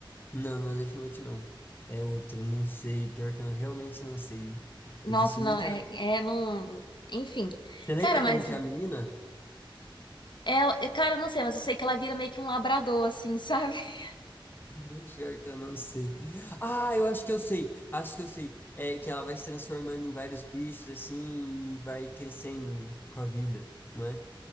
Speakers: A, on the left; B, on the left.
A: Não, não é Death Note, não. É outro, eu não sei, pior que eu realmente não sei.
B: Nossa,
A: Existe
B: não,
A: muita...
B: é, é não. Enfim.
A: Você lembra
B: Cara, mas
A: como que é a menina?
B: ela. é, Cara, eu não sei, mas eu sei que ela vira meio que um labrador, assim, sabe? <laughs>
A: Não, Pior que eu não sei. Ah, eu acho que eu sei. Acho que eu sei. É que ela vai se transformando em vários bichos assim e vai crescendo com a vida, não é?